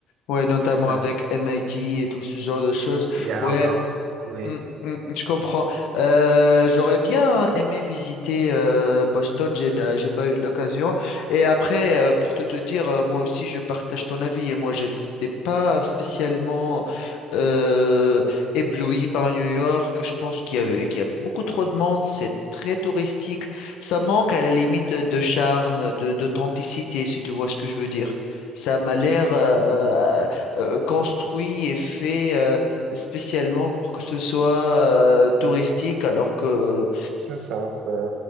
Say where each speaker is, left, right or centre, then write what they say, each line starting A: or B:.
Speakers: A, on the left; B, on the right.
A: Ouais, notamment
B: c'est ça.
A: avec MIT et tout ce genre de choses.
B: Et à
A: Ouais,
B: Harvard, oui.
A: Mm, mm, je comprends. Euh, j'aurais bien hein, aimé visiter euh, Boston, j'ai n- j'ai pas eu l'occasion. Et après, euh, pour tout te dire, euh, moi aussi, je partage ton avis. Et moi, j'étais pas spécialement euh, ébloui par New York. Je pense qu'il y avait, qu'il y a beaucoup trop de monde. C'est très touristique. Ça manque à la limite de charme, de d'authenticité, si tu vois ce que je veux dire. Ça m'a
B: Euh,
A: l'air
B: C'est
A: euh, euh, construit et fait. euh, spécialement pour que ce soit euh, touristique, alors que
B: c'est ça, c'est